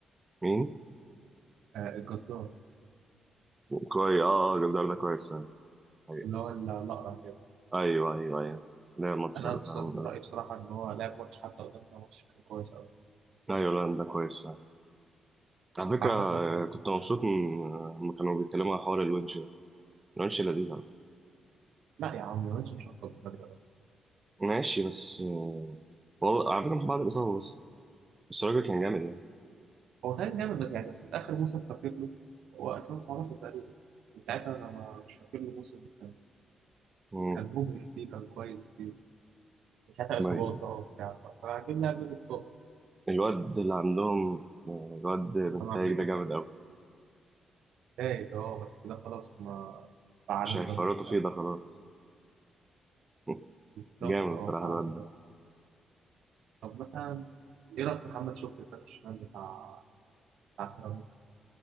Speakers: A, on the right; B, on the right.
A: مين
B: آه الجزار
A: كويس اه اه جزار ده كويس فعلا. أيوة
B: اللي هو ال- الاقرع كده
A: أيوة أيوة أيوة لا ماتش
B: انا
A: حلو
B: بص-
A: فعلا،
B: من
A: الحمد لله
B: رايي بصراحه ان هو لعب ماتش حتى قدامنا ماتش كان كويس قوي
A: أيوة لا ده كويس فعلا. على فكرة
B: وعندك
A: آه،
B: مثلا
A: كنت مبسوط من- آه، لما كانوا بيتكلموا على حوار الونش ده الونش لذيذ على فكرة.
B: لا يا عم الواد مش هطلب بدري قوي
A: ماشي بس آه، والله على فكرة مش بعد الإصابة بس بس الراجل كان جامد يعني
B: هو كان جامد بس يعني بس انت اخر موسم فاكر له هو 2019 تقريبا من ساعتها انا ما- مش فاكر له موسم كان
A: مم.
B: كان مبهر فيه كان كويس فيه من ساعتها
A: طيب.
B: اصابات بقى وبتاع فجبنا قبل الاتصال
A: الواد اللي عندهم آه، الواد بنتايج
B: طبعا
A: ده جامد أوي
B: تايت اه بس ده خلاص هما فعلوا
A: مش هيفرطوا
B: البند بتاعه
A: فيه ده خلاص <laughs>
B: بالظبط
A: جامد
B: اه
A: بصراحة
B: فعلوا
A: الواد
B: البند
A: ده
B: طب مثلا ايه رايك في محمد شكري الباك الشمال بتاع بتاع سيراميكا؟